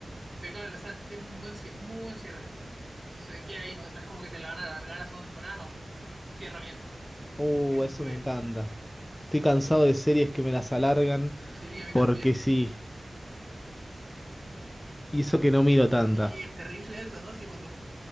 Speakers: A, on the right; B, on the left.
A: impecable, o sea, tiene un buen, cie- muy buen cierre. Se queda ahí, no, no es como que te la van a alargar a segunda temporada, no. Cierra bien,
B: Uh,
A: bien concluida.
B: eso me encanta. Estoy cansado de series que me las alargan.
A: Sí, a mí
B: Porque
A: también. <laughs>
B: sí, hizo que no miro tantas.
A: Sí, es terrible eso, ¿no? Sí, cuando,